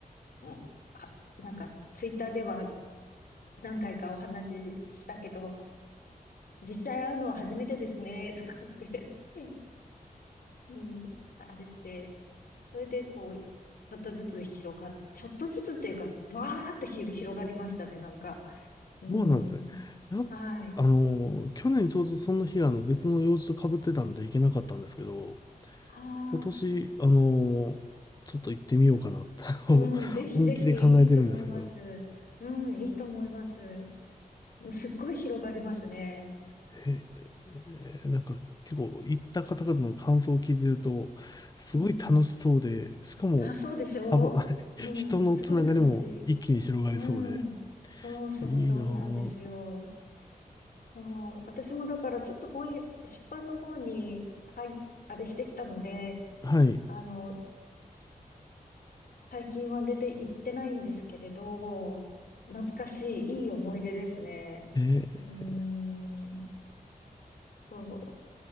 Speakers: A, on the left; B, on the left.
A: うんあなんか、ツイッターでは何回かお話ししたけど、実際会うのは初めてですね、とかって <laughs> うん、ああれして、それでこう、ちょっとずつ広がっ、ちょっとずつっていうか、わーっとひろ広がりましたね、なんか。うん、
B: そうなんですね。やっあの、
A: はい。
B: 去年ちょうどその日があの別の用事と被ってたんで行けなかったんですけど、
A: ああ、
B: 今年、あのーちょっと行ってみようかなと
A: うん、ぜひぜひいいと思います。
B: <laughs> 本気で考えてるんですけど、
A: うん、いいと思います。すっごい広がりますね。
B: ええなんか結構行った方々の感想を聞いてると、すごい楽しそうで、
A: うん。
B: しかも、
A: あ、そうでしょううん、
B: 幅 <laughs> 人のつながりも一気に広がりそうで、
A: すごい楽しい。うん。そうそうそうなんですよ。
B: いいなぁと。
A: そう、私もだからちょっと本屋、出版の方に、はい、あれしてきたので、
B: はい。
A: あの、最近は出て行ってないんですけれど、懐かしい、いい思い出ですね。
B: えー
A: うーん、そ